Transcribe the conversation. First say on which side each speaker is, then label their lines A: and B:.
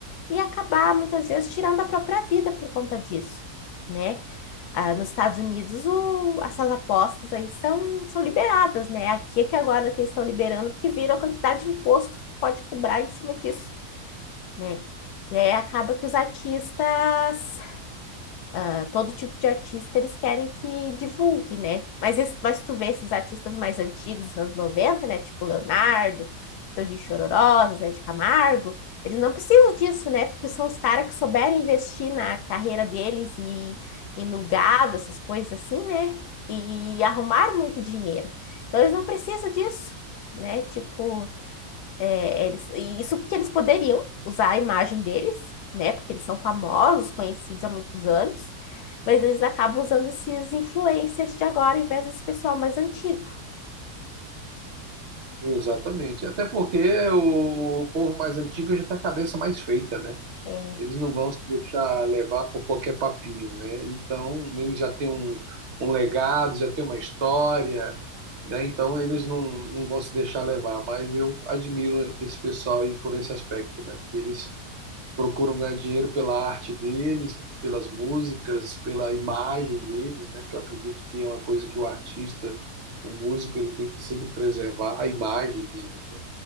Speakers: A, on the left (about 80°); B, on the right (about 50°).
A: e acabar, muitas vezes, tirando a própria vida por conta disso, né? Ah, nos Estados Unidos, o- essas apostas aí são, são liberadas, né? Aqui é que agora que eles estão liberando, porque viram a quantidade de imposto que tu pode cobrar em cima disso, né? E aí acaba que os artistas ah, todo tipo de artista eles querem que divulgue, né? Mas, esse, mas tu vê esses artistas mais antigos, dos anos 90 né? Tipo Leonardo, Tangin Chororó, Zé de Camargo, eles não precisam disso, né? Porque são os caras que souberam investir na carreira deles e, e no gado, essas coisas assim, né? E arrumaram muito dinheiro. Então eles não precisam disso, né? Tipo, é, eles, e isso que eles poderiam usar a imagem deles, né? Porque eles são famosos, conhecidos há muitos anos, mas eles acabam usando esses influencers de agora em vez desse pessoal mais antigo.
B: Exatamente. Até porque o povo mais antigo já tem a cabeça mais feita, né?
A: É,
B: Eles não vão se deixar levar por qualquer papinho, né? Então, eles já têm um, um legado, já têm uma história, né? Então, eles não, não vão se deixar levar. Mas eu admiro esse pessoal aí por esse aspecto, né? Que eles procuram ganhar dinheiro pela arte deles, pelas músicas, pela imagem deles, né? Que eu acredito que é uma coisa que o artista, o músico, ele tem que sempre preservar a imagem dele, né?